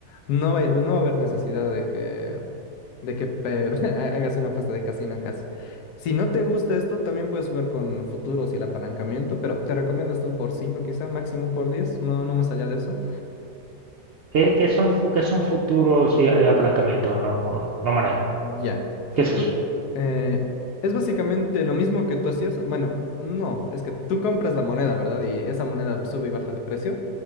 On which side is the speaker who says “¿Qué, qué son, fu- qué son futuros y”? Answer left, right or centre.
Right